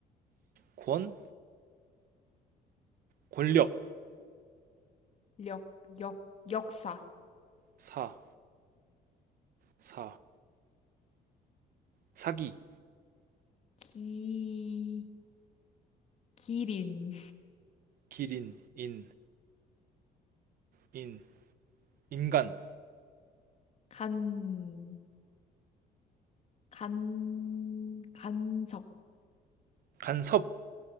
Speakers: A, on the right; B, on the left.
A: 권 권력
B: 력, 역, 역사.
A: 사 사 사기
B: 기, 기린.
A: 기린 인 인 인간
B: 간, 간, 간섭.
A: 간섭